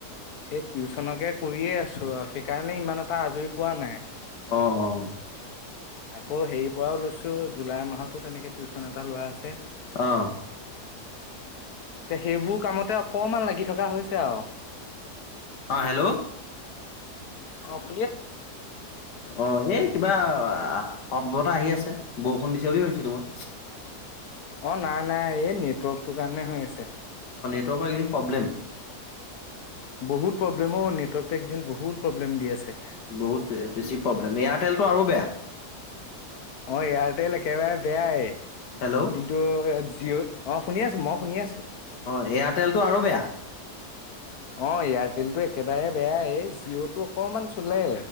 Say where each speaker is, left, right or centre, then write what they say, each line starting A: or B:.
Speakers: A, on the left (about 65°); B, on the left (about 85°).
A: সেই টিউচনকে কৰিয়ে আছো। <unintelligible> সেইকাৰণে ইমান এটা আজৰি পোৱা নাই।
B: অ',
A: আকৌ সেই। লৈছো জুলাই মাহতো তেনেকে টিউচন এটা লোৱা আছে। এয়া
B: অ',
A: সেইবোৰ কামতে অকমান লাগি থকা হৈছে আৰু।
B: অ হেল্ল।
A: অহ
B: অ এই কিবা শব্দ এটা আহি আছে বৰষুণ দিছে বুলি ভাবিছিলো মই।
A: অ নাই নাই এই নেটৱৰ্কটো। গানে হৈ আছে
B: <unintelligible> প্ৰব্লেম
A: বহুত প্ৰব্লেমো নেটৱকটো এইকেইদিন বহুত প্ৰব্লেম দি আছে।
B: বহুত বেছি প্ৰব্লেম এয়াৰটেলটো আৰু বেয়া।
A: অ এয়াৰটেল একেবাৰে- বেয়াই
B: হেল্ল'
A: কিন্তু জিঅ' অ শুনি আছো মই শুনি আছো
B: অ এয়াৰটেলতটো আৰু বেয়া
A: অ এয়াৰটেল টো একেবাৰে বেয়াাই এই জিঅ'টো অকনমান চলে।